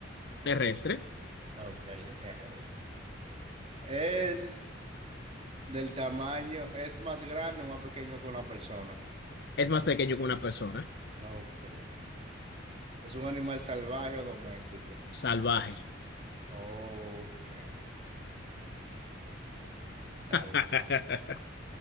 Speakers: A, on the left (about 55°); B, on the right (about 30°).
A: terrestre.
B: Ok, es terrestre. ¿Es del tamaño, es más grande o más pequeño que una persona?
A: Es más pequeño que una persona.
B: Ok. ¿Es un animal salvaje o doméstico?
A: Salvaje.
B: Ok. Salvaje.
A: <laughs>